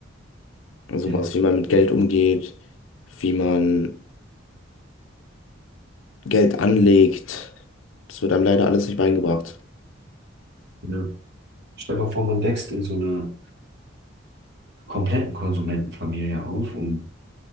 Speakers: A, on the left; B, on the right.
A: Also
B: Ja.
A: was, wie man mit Geld umgeht, wie man Geld anlegt, das wird einem leider alles nicht beigebracht.
B: ja. Stell mal vor, man wächst in so einer kompletten Konsumentenfamilie auf und